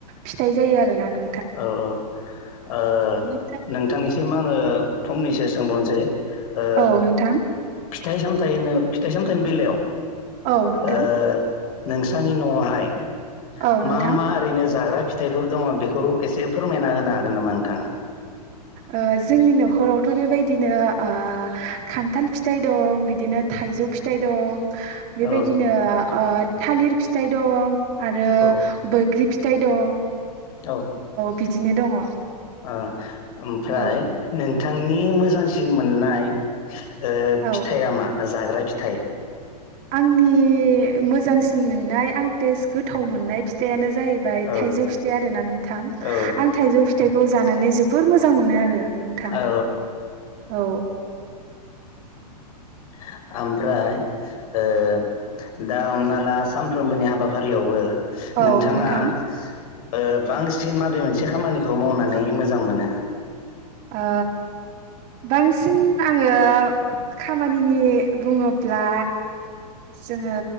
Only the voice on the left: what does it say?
औ औ ओ
नोंथांनिसिम आङो फंनैसो सोंबावनोसै ओ
फिथाइ सामथायनो फिथाइ सामथायनि बेलायाव
ओ नोंसानि नआवहाय
मा मा ओरैनो जाग्रा फिथाइफोर दङ बे बेखौ एसे फोरमायना होनो हागोन नामा नोंथाङा
औ
औ
औ
ओ ओमफ्राय
नोंथांनि मोजांसिन मोननाय ओ
फिथाया मा जाग्रा फिथाइ
औ
औ औ
औ
<inaudible> ओमफ्राय ओ दा हमना ला सानफ्रोमबोनि हाबाफारियावबो
नोंथाङा
ओ बांसिन माबे मोनसे खामानिखौ मावनानै मोजां मोनो